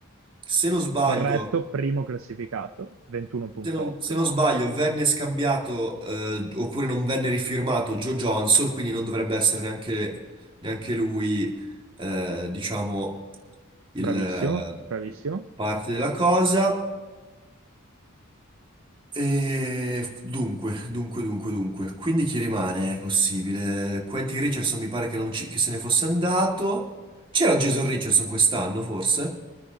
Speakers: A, on the right; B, on the right.
A: se non sbaglio
B: Corretto, primo classificato, 21.8.
A: Se non, se non sbaglio, venne scambiato, eh, oppure non venne rifirmato Joe Johnson, quindi non dovrebbe essere neanche, neanche lui, eh, diciamo, il,
B: Bravissimo, bravissimo.
A: eh, parte della cosa. E dunque, dunque, dunque, dunque. Quindi chi rimane? È possibile. Quentin Richardson mi pare che, non ci- che se ne fosse andato. C'era Jason Richardson quest'anno, forse?